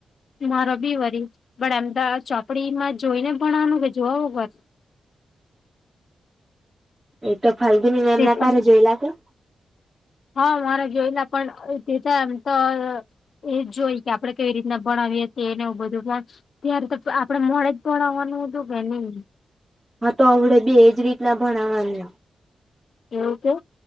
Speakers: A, on the left; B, on the right.
A: મારો બી વરી પણ આમ ત ચોપડીમાં જોઈને ભણવાનું કે જોવા વગર
B: એ તો ફાલગીની મેમના
A: તે તો
B: તારે જોયેલા કે
A: હા મારા <unintelligible> એ જોઈ કે આપડે કેવી રીતના ભણાવીએ એને બધું પણ ત્યારે તો આપડે મોડે જ ભણાવાનું હતું કે નઈ
B: હા તો આપડે બી એજ રીતના ભણાવાનું
A: એવું કે